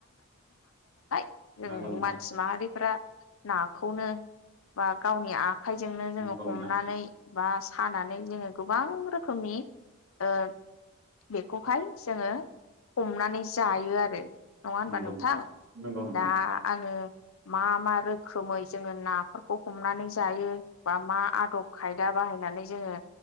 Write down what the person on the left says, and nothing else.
जों
मानसि माहारिफ्रा नाखौनो खाइजोंनो जोंङो
हमनानै। बा सानानै जोङो गोबां रोखोमनि ओ। बेखौहाय जोंङो हमनानै जायो आरो नंङा होनबा
नोंथां?
दा आंङो मा मा रोखोमै जोंङो ना खौ हमनानै जायो बा मा आदब खायदा बाहायनानै जोंङो